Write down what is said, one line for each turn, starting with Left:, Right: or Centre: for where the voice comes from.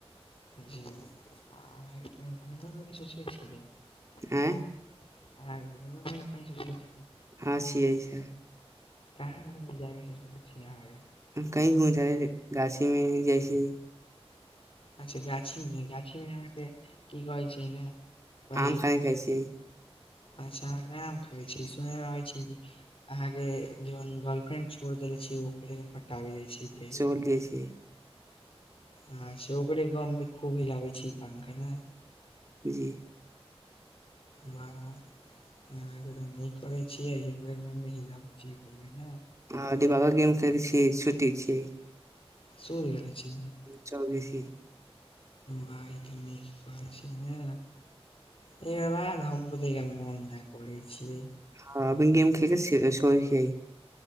Left: जी आ घी सोचै छ <unintelligible>
Right: आँय अँ छियै छै
Left: कहाँ घुममे जायगे सोच यहाँ
Right: कही घूम जा घाछी मे जैसे
Left: अच्छा गाछीमे गाछी मेाँे की कह छै ने पहिले
Right: आम खान खाइ छी
Left: अच्छा ग मे खाइ छी सुनेमे रहै छी अहाँके जन गर्लफ्रेंड छोड़ देले छी ओकरे के पटाबे जाइ छै फेर
Right: चल जाइ छै
Left: अचछा ओकरे गममे खूब हिलाबै छै ई पंखा ने
Right: जी
Left: बाह ह न करै छियै महिला हो छै ने
Right: ह दिबागो गेम खेल छीिय छुट्टी छियै
Left: सुन गेल छी
Right: चलबे छिये
Left: भाइ तऽ नीक कहै छै नऽ एगो बात हम <unintelligible> मोन नय करै छिये
Right: आ अभी गेम खेल के सोए छियै